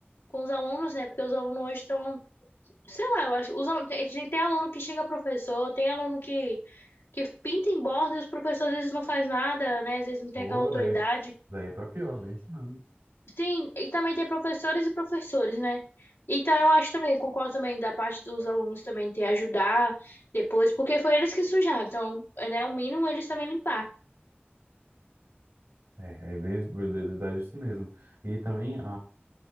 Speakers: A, on the left; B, on the right.
A: com os alunos, né, porque os alunos hoje estão, sei lá, eu acho, os alunos, tem, tem tem aluno que xinga professor, tem aluno que, que pinta em borda e os professores às vezes não faz nada, né, às vezes não tem
B: Pô,
A: aquela autoridade.
B: daí, daí é pra pior, bem isso não.
A: Sim, e também tem professores e professores, né? Então eu acho também, eu concordo também da parte dos alunos também ter ajudar depois, porque foi eles que sujaram, então, né, o mínimo eles também limpar.
B: É, é ver- verdade é isso mesmo. E também a,